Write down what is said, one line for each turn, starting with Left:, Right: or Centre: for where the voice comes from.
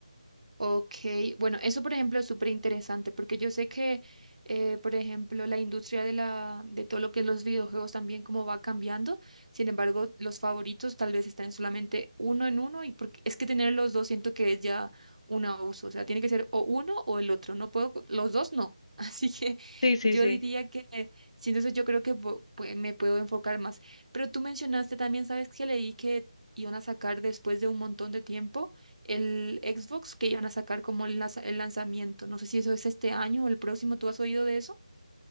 Right: Ok, bueno, eso por ejemplo es súper interesante porque yo sé que, eh, por ejemplo, la industria de la, de todo lo que es los videojuegos también como va cambiando. Sin embargo, los favoritos tal vez están solamente uno en uno y porque es que tener los dos siento que es ya un abuso. O sea, tiene que ser o uno o el otro. No puedo, co- los dos no. <laughs> Así que
Left: Sí, sí,
Right: yo
Left: sí.
Right: diría que, sí, entonces yo creo que vo- pues, me puedo enfocar más. Pero tú mencionaste también, ¿sabes que leí que iban a sacar después de un montón de tiempo? el Xbox que iban a sacar como el, lanza- el lanzamiento. No sé si eso es este año o el próximo. ¿Tú has oído de eso?